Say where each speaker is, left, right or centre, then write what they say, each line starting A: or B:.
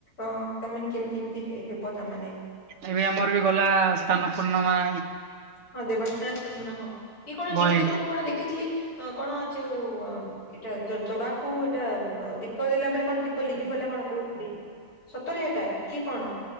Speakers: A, on the left; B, on the right.
A: ଅଁ ତାମାନେ କେମିତି କେମିତି ହେବ ତାମାନେ
B: ଏବେ ଆମର ବି ଗଲା ସ୍ଥାନପୂର୍ଣ୍ଣମା।
A: ହଁ ଦେବସାନ୍ନ ପୂର୍ଣ୍ଣିମା ହଁ ଇଏ କଣ ନିୁଉଜ
B: ବହେ
A: ରେ ମୁଁ କଣ ଦେଖିଥିଲି ହଁ କଣ ଯୋଉ ଇଟା ଜଗାକୁୁ ଇଟା ଦି ପ ଦେଲା ବେଳେ କଣ ଦୀପ ଲିଭିିଗଲା କଣ କହୁଥିଲେ ସତରେ ଏଟା କି କଣ?